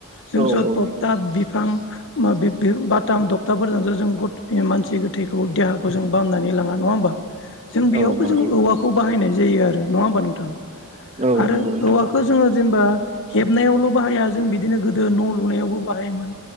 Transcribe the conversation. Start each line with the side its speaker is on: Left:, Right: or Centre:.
Left: जोंसो
Right: औ औ
Left: थखता
Right: नंगौ
Left: बि <unintelligible> बाथाम थखथाफोरजोंसो जों गत मानसि गोथैखौ देहाखौ जों बामनानै लाङा नङा होमबा जों बेयावबो
Right: औ नंगौ
Left: जों औवाखौ बाहायनाय जायो आरो नङा होमबा नोंथां?
Right: औ
Left: आरो
Right: नंगौ नोंथां
Left: औवाखौ जोङो जेनेबा हेबनायावल' बाहाया जों बिदिनो गोदो न' लुनायावबो बाहायोमोन।